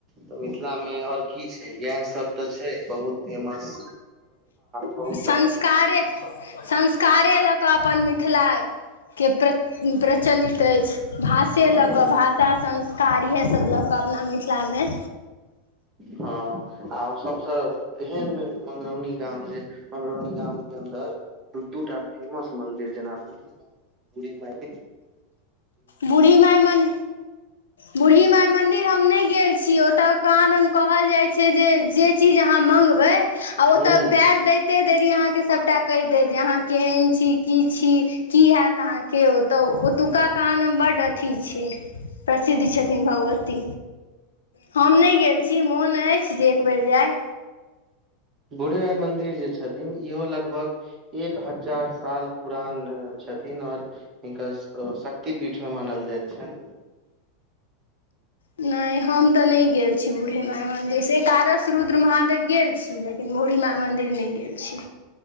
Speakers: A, on the right; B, on the left.
A: त मिथिलामे आओर की छै इएह सभ त छै बहुत फेमस बहुत
B: संस्कारे। संस्कारे ल क अपन मिथिला के प्रचलित अछि। भाषे
A: तरहक
B: ल क भाषा संस्कार इएहसभ ल क अपना मिथिलामे।
A: हँ आओर सभ सब एहन मंगरौनी गाम जे मंगरौनी गाम के अन्दर। दू दूटा फेमस मन्दिर जेना बूढ़ी माय बूढ़ी माय के।
B: बुढ़ी माय मन बूढ़ी माय मंदिर हम नय गेल छीये ओतअ कहाँ दन कहल जाइ छै जे जे। जे चीज अहाँ मंगबय आ ओतअ
A: हूँ
B: पैर दैतये देरी अहाँके। सभटा कहि दे जे अहाँ केहन छी की छी की हैत अहाँके ओतअ ओतुका। कहाँ दन बड्ड अथी छै प्रसिद्ध छथिन भगवती। हम नय गेल छी मोन अछि जे एक बेर जाय।
A: बुढ़ी माई मन्दिर जे छथि। छथिन इहो लगभग एक हजार साल पुरान छथिन आओर। हिनका सब क शक्ति पीठ मे मानल जाइत छनि।
B: नय हम त नय गेल छी बूढ़ी माई मन्दिर से एकादश। रुद्र महादेव गेल छी लेकिन बुढी माय मन्दिर नय गेल छी।